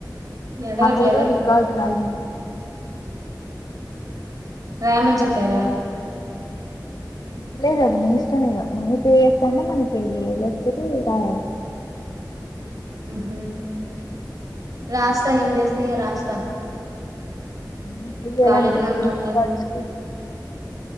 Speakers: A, on the right (about 55°); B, on the left (about 65°).
A: అడగట్లే
B: అకుపోదే
A: ఎవరు
B: రికార్డ్ రాయి
A: రాయమని చెప్పారా
B: అ లేదు అది నీ ఇష్టం ఇగ మణిపే చేస్తాంటే మణిపే లేస్తతే రాయాాలి
A: హమ్మ్ రాస్తా ఏం చేస్త ఇగ రాస్తా
B: అ తెయాలంటే
A: ఖాళీగానే
B: ఫ్రీ
A: ఉంటాను
B: రికార్డ్స్
A: కదా
B: కి